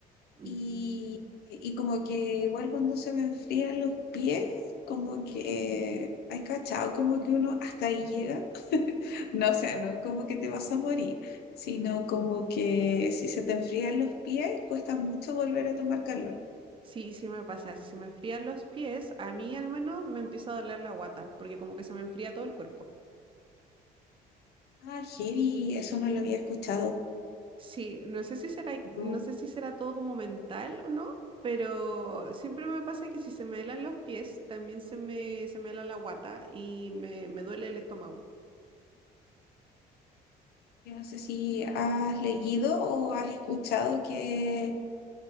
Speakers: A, on the right (about 30°); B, on the left (about 70°).
A: Mm,
B: y, y como que igual cuando se me enfrían los pies, como que, hay cachado, como que uno hasta ahí llega. No, o sea, no como que te vas a morir, sino como que si se te enfrían los pies, cuesta mucho volver a tomar calor.
A: Sí, sí me pasa. Si se me enfrían los pies, a mí al menos me empieza a doler la guata, porque como que se me enfría todo el cuerpo.
B: Ah, heavy, eso no lo había escuchado.
A: Sí, no sé si será,
B: No,
A: no sé si será todo como mental o no, pero siempre me pasa que si se me helan los pies, también se me, se me hela la guata y me, me duele el estómago.
B: yo no sé si has leído o has escuchado que,